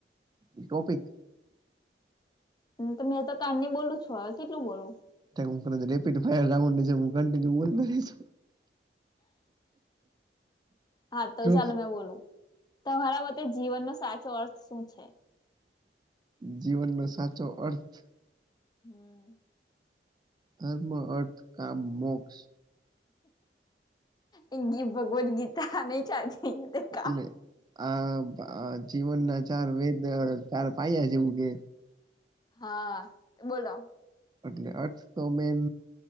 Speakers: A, on the right (about 25°); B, on the left (about 25°).
A: ઈ ટોપિક
B: તો મેં તો કારની બોલું છું, હવે કેટલું બોલું?
A: <unintelligible>
B: હા, તો
A: જો
B: ચાલો મેં બોલું. તમારા મતે જીવનનો સાચો અર્થ શું છે?
A: જીવનમાં સાચો અર્થ
B: હમ્મ.
A: ધર્મ, અર્થ, કામ, મોક્ષ
B: ઈ ગી ભગવદ ગીતા નહીં ચાલતી <unintelligible>
A: નહીં. આ, આ જીવન ના ચાર વેદ, ચાર પાયા જેવું કે
B: હા, બોલો.
A: એટલે અર્થ તો મેન